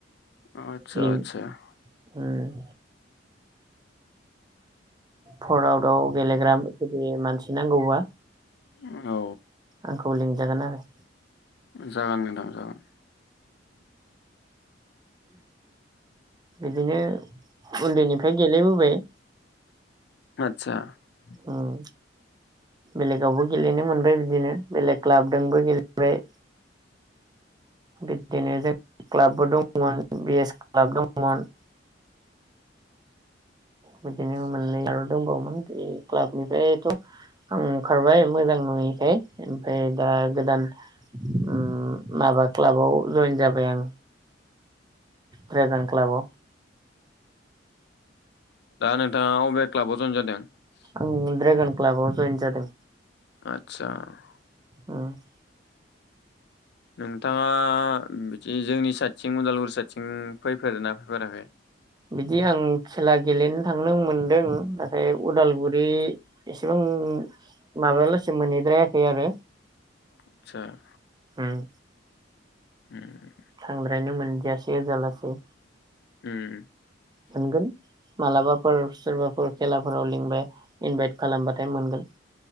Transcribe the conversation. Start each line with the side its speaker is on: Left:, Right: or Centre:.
Left: आतसा
Right: लिं
Left: आतसा ।
Right: उम। फरवार्दाव गेलेग्रा जुदि मानसि नांगौबा
Left: औ।
Right: आंखौ लिंजागोन आरो
Left: जागोन नोंथां जागोन।
Right: बिदिनो उन्दैनिफ्राय गेलेबोबाय
Left: आतसा ।
Right: उम। बेलेगावबो गेलेनो मोनबाय बिदिनो बेलेग क्लाबजोंबो गेलेबाय। बिब्दिनो जों क्लाबबो दंमोन बि एस क्लाब दंमोन बिदिनो मोननै आर दंबावोमोन बे क्लाबनिफ्रायथ' आं ओंखारबाय मोजां नुयैखाय ओमफ्राय दा गोदान उम माबा क्लाबाव जइेन जाबाय आं। द्रागन क्लाबआव
Left: दा नोंथाङा अबेहाय क्लाबाव जयेन जादों?
Right: आं ड्रागान क्लाबाव जइन जादों।
Left: आतसा ।
Right: उम ।
Left: नोंथाङा बिदि जोंनि साइडथिं उदालगुरि साइडथिं फैफेरदोना फैफेराखै।
Right: बिदि आं खेला गेलेनो थांनो मोनदों नाथाय उदालगुरि एसेबां माबायालासे मोनहैद्रायाखै आरो।
Left: आतसा ।
Right: उम।
Left: उम।
Right: थांद्रायनो मोनदियासै ओजालासे
Left: उम।
Right: मोनगोन मालाबाफोर सोरबाफोर खेलाफोराव लिंबाय इनभाइट खालामबाथाय मोनगोन।